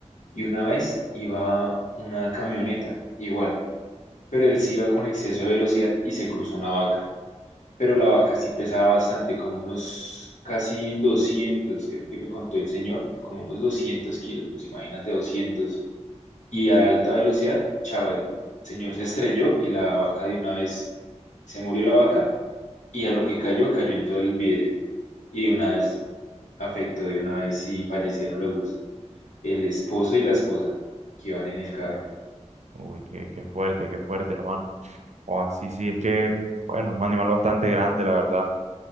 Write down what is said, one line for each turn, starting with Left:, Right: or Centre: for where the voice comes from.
Left: y una vez iba una camioneta, igual, pero él sí iba con exceso de velocidad y se cruzó una vaca, pero la vaca sí pesaba bastante, como unos casi 200 creo que me contó el señor, como unos 200 kilos, pues imagínate 200 y a alta velocidad, chao, el señor se estrelló y la vaca de una vez se murió la vaca y a lo que cayó, cayó en todo el vidrio. Y de una vez afectó, de una vez sí fallecieron los dos, el esposo y la esposa, que iban en el carro.
Right: Uy, uy, qué, qué fuerte, qué fuerte, hermano. O así, sí, es que, bueno, un animal bastante grande, la verdad.